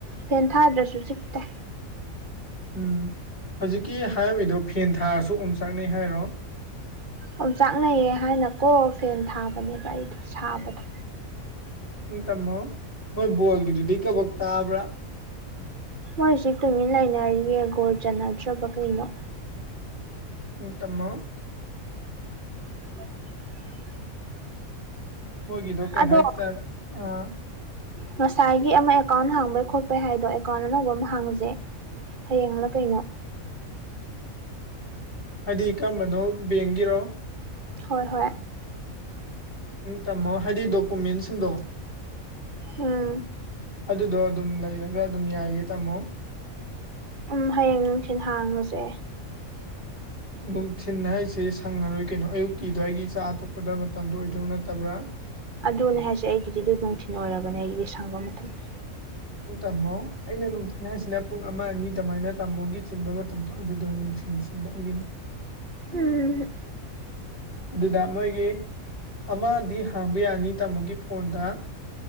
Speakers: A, on the right; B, on the left.
A: ꯐꯦꯟ ꯊꯥꯗ꯭ꯔꯁꯨ ꯆꯤꯛꯇꯦ
B: ꯎꯝ ꯍꯧꯖꯤꯛꯀꯤ ꯍꯥꯏꯔꯝꯃꯤꯗꯣ ꯐꯦꯟ ꯊꯥꯔꯁꯨ ꯑꯣꯝꯆꯥꯛꯅꯩ ꯍꯥꯏꯔꯣ
A: ꯑꯣꯝꯆꯥꯛꯅꯩꯌꯦ ꯍꯥꯏꯅꯀꯣ ꯐꯦꯟ ꯊꯥꯕꯅꯦꯕ ꯑꯩꯗꯣ ꯁꯥꯕꯗꯣ
B: ꯎꯪ ꯇꯝꯃꯣ ꯃꯣꯏ ꯕꯣꯜꯒꯤꯗꯨꯗꯤ ꯀꯕꯛ ꯇꯥꯕ꯭ꯔꯥ
A: ꯃꯣꯏ ꯍꯧꯖꯤꯛ ꯇꯨꯃꯤꯟ ꯂꯩꯅꯔꯤꯌꯦ ꯒꯣꯜ ꯆꯟꯅꯗ꯭ꯔꯕ ꯀꯩꯅꯣ
B: ꯎꯇꯃ
A: <inaudible>
B: ꯃꯣꯏꯒꯤꯗꯣ ꯀꯩ
A: ꯑꯗꯣ
B: ꯍꯥꯏꯇꯥꯔꯦ ꯑꯥ
A: ꯉꯁꯥꯏꯒꯤ ꯑꯃ ꯑꯦꯀꯥꯎꯟ ꯍꯥꯡꯕꯩ ꯈꯣꯠꯄꯩ ꯍꯥꯏꯗꯣ ꯑꯦꯀꯥꯎꯟ ꯑꯅꯧꯕ ꯑꯃ ꯍꯥꯡꯉꯨꯖꯦ ꯍꯌꯦꯡꯂ ꯀꯩꯅꯣ
B: ꯍꯥꯏꯗꯤ ꯀꯔꯝꯕꯅꯣ ꯕꯦꯡꯒꯤꯔꯣ
A: ꯍꯣꯏ ꯍꯣꯏ
B: ꯎ ꯇꯥꯝꯃꯣ ꯍꯥꯏꯗꯤ ꯗꯣꯀꯨꯃꯦꯟꯁꯤꯡꯗꯣ
A: ꯎꯝ
B: ꯑꯗꯨꯗꯣ ꯑꯗꯨꯝ ꯂꯩꯔꯒ ꯑꯗꯨꯝ ꯌꯥꯏꯌꯦ ꯇꯥꯃꯣ
A: ꯎꯝ ꯍꯌꯦꯡ ꯅꯨꯡꯊꯤꯤꯟ ꯍꯥꯡꯉꯨꯁꯦ
B: ꯅꯨꯡꯊꯤꯟ ꯍꯥꯏꯁꯦ ꯁꯪꯉꯔꯣꯏ ꯀꯩꯅꯣ ꯑꯌꯨꯛꯀꯤ ꯑꯗꯨ꯭ꯋꯥꯏꯒꯤ ꯆꯥ ꯑꯇꯣꯄꯗ ꯃꯇꯝꯗꯣ ꯑꯣꯏꯗꯧ ꯅꯠꯇꯕ꯭ꯔꯥ
A: ꯑꯗꯨꯅꯦ ꯍꯥꯏꯁꯦ ꯑꯩꯒꯤꯗꯤ ꯑꯗꯨ ꯅꯨꯡꯊꯤꯟ ꯑꯣꯏꯔꯕꯅꯦ ꯑꯩꯒꯤꯗꯤ ꯁꯪꯕ ꯃꯇꯝꯗ
B: ꯇꯥꯃꯣ ꯑꯩꯅ ꯅꯨꯡꯊꯤꯜ ꯍꯥꯏꯁꯤꯅ ꯄꯨꯡ ꯑꯃ ꯑꯅꯤ ꯑꯗꯨꯃꯥꯏꯅ ꯇꯥꯃꯣꯒꯤ ꯆꯤꯟꯕ ꯃꯇꯝꯗꯣ ꯑꯗꯨꯗꯣ ꯅꯨꯡꯊꯤꯟ ꯆꯤꯟꯕ ꯑꯩꯒꯤꯅꯦ
A: ꯎꯝ
B: ꯑꯗꯨꯗ ꯃꯣꯏꯒꯤ ꯑꯃꯗꯤ ꯍꯥꯡꯕ ꯌꯥꯅꯤ ꯇꯥꯃꯣꯒꯤ ꯐꯣꯟꯗ